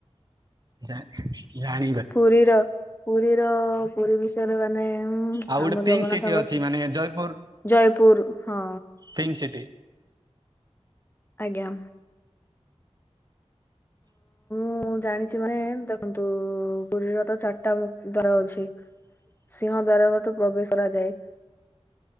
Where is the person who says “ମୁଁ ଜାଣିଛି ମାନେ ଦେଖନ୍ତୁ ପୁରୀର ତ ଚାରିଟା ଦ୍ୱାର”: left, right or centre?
Left